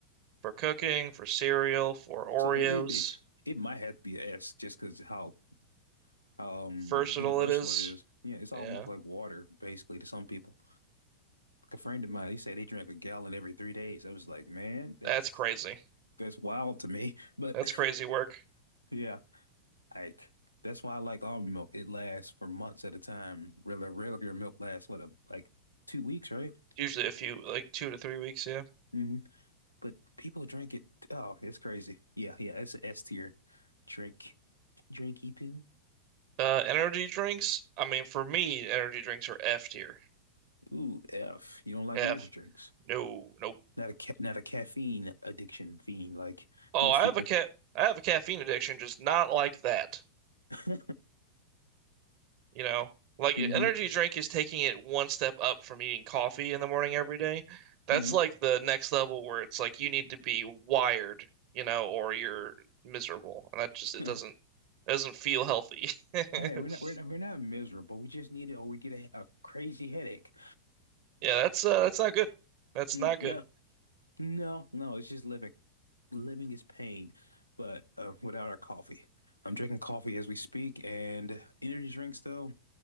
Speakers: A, on the right; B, on the left.
A: for cooking, for cereal, for Oreos.
B: So it it, it might have to be a S just because how um
A: Versatile
B: universal
A: it is.
B: it is. Yeah, it's almost
A: Yeah,
B: like water basically to some people. Like a friend of mine, he said they drank a gallon every three days. I was like, man, that's
A: that's crazy.
B: That's wild to me. But
A: That's crazy work.
B: <laughs> yeah, like that's why I like almond milk. It lasts for months at a time. Regular regular milk lasts what a, like two weeks, right?
A: Usually a few, like two to three weeks, yeah.
B: hmm But people drink it. Oh, it's crazy. Yeah, yeah, it's an S tier drink. Drinky poo.
A: Uh, energy drinks. I mean, for me, energy drinks are F tier.
B: Ooh, F. You don't like
A: F.
B: energy drinks.
A: No, nope.
B: Not a ca not a caffeine addiction fiend like
A: Oh,
B: most
A: I
B: people.
A: have a cat. I have a caffeine addiction, just not like that.
B: <laughs>
A: You know, like
B: hmm
A: e, energy drink is taking it one step up from eating coffee in the morning every day. That's
B: hmm
A: like the next level where it's like you need to be wired, you know, or you're miserable, and that just it
B: Yeah.
A: doesn't it doesn't feel healthy. <laughs>
B: Hey, we're not we're not we're not miserable. We just need it, or we get a, a crazy headache.
A: Yeah, that's uh, that's not good. That's
B: Mm,
A: not
B: no,
A: good.
B: No, no, it's just living. Living is pain, but uh, without our coffee. I'm drinking coffee as we speak, and energy drinks though.